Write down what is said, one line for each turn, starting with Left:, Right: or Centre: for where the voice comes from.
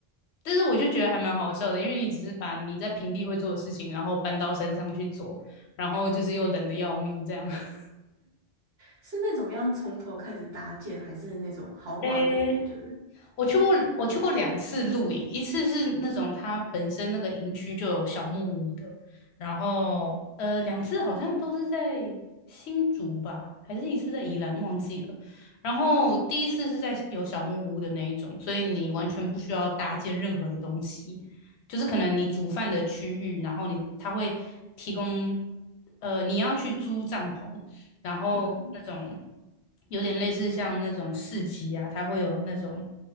Left: 但是我就觉得还蛮好笑的，因为你只是把你在平地会做的事情，然后搬到山上去做，然后就是又冷的要命这样。<laughs>
Right: 是那种要从头开始搭建，还是那种豪华露营？
Left: 哎，
Right: 就是，
Left: 我去过，我去过两次露营，一次是那种它本身那个营区就有小木屋的，然后呃，两次好像都是在新竹吧，还是一次在宜兰，忘记了。然后第一次是在有小木屋的那一种，所以你完全不需要搭建任何的东西，就是可能你煮饭的区域，然后你它会提供，呃，你要去租帐篷，然后那种
Right: 嗯，
Left: 有点类似像那种市集啊，它会有那种